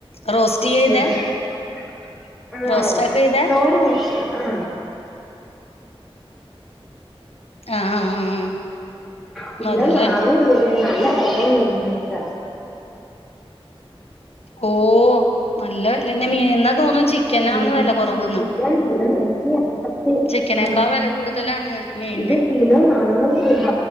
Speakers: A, on the left; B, in the centre.
A: റോസ്റ്റ് ചെയ്തേ
B: <inaudible> ആഹ്
A: റോസ്റ്റ് ഒക്കെ ചെയ്തേ
B: തോരൻ വച്ച് ആ
A: ആഹ് ആഹ് ആഹ്
B: പിന്നെ
A: അതെല്ലേ
B: നാനൂറ് നല്ല വെല മീന്ക്കെ
A: ഓ നല്ല വെല തന്നെ മീനിന് എന്നാ തോന്നും ചിക്കനന്ന്
B: ഉം
A: വില കുറവന്ന്
B: ചിക്കൻ കിലോ നൂറ്റി അമ്പത്തി
A: ചിക്കനേക്കാ
B: ആഹ്
A: വില കൂടുതലാണ് മീൻ
B: ഇത് കിലോ നാനൂറ് രൂപ